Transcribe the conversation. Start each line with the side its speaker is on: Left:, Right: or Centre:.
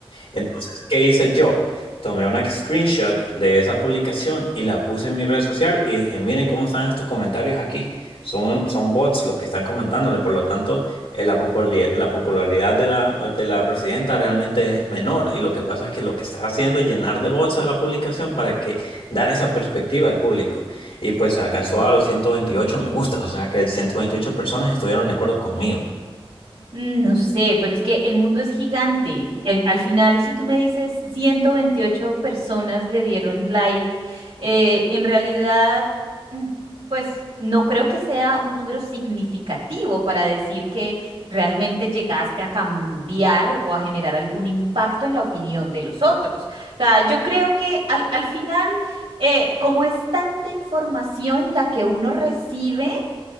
Left: Entonces, ¿qué hice yo? Tomé una screenshot de esa publicación y la puse en mi red social y dije, miren cómo están estos comentarios aquí. Son, son bots los que están comentándole, por lo tanto, eh, la populi- la popularidad de la, de la presidenta realmente es menor y lo que pasa es que lo que estás haciendo es llenar de bots a la publicación para que dar esa perspectiva al público. Y pues alcanzó
Right: Mm,
Left: a los 128 me gustas, o sea que 128 personas estuvieron de acuerdo conmigo.
Right: No sé, pero es que el mundo es gigante. Y, eh, al final, si tú me dices 128 personas le dieron like, eh, en realidad, mm, pues no creo que sea un número significativo para decir que realmente llegaste a cambiar o a generar algún impacto en la opinión de los otros. O sea, yo creo que al, al final, eh, como es tanta información la que uno recibe,